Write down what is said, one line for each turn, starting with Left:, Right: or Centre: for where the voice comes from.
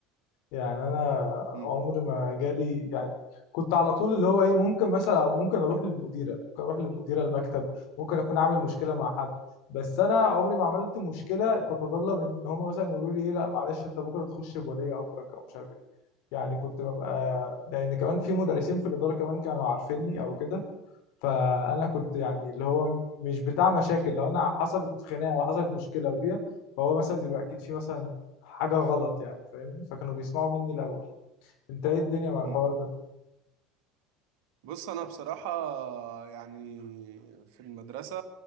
Left: يعني انا
Right: امم
Left: عمري ما جالي يعني كنت على طول اللي هو ايه ممكن مثلا ممكن اروح للمديره ممكن اروح للمديره المكتب ممكن اكون عامل مشكله مع حد بس انا عمري ما عملت مشكله تتطلب ان هم مثلا يقولوا لي ايه لا معلش انت بكره تخش بولي امرك او مش عارف ايه يعني كنت ببقى لان كمان في مدرسين في الاداره كمان كانوا عارفيني او كده فانا كنت يعني اللي هو مش بتاع مشاكل لو انا حصلت خناقه او حصلت مشكله وبيها فهو مثلا بيبقى اكيد في مثلا حاجه غلط يعني فاهمني فكانوا بيسمعوا مني الاول انت ايه الدنيا مع الحوار
Right: امم
Left: ده
Right: بص انا بصراحه يعني في المدرسه